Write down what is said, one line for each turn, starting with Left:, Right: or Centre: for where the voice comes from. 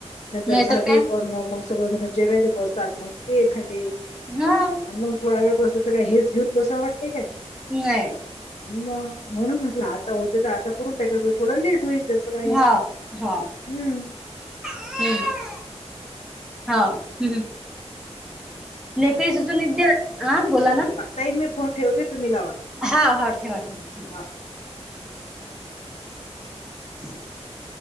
Left: नंतर
Centre: नाहीतर
Left: झाजू
Centre: काय
Left: करण मग सगजण जे वेळी बसतात मग ते भांडे
Centre: हा
Left: आणि मग थोडा वेळ बसल तर काही हेच घेऊन बसाव वाटतं काय
Centre: हय
Left: म मग म्हणून म्हटलं आता होते तर आता करून टाकाल थोडं लेट होईल त्याचं काय आहे
Centre: हा हा
Left: हम्
Centre: हम्म हा हम् लेकरी सुसनिध्या हां बोला ना
Left: त मी फोन ठेवते तुम्ही लावा
Centre: हा हा ठेवा ठेवा
Left: हा.
Centre: <inaudible>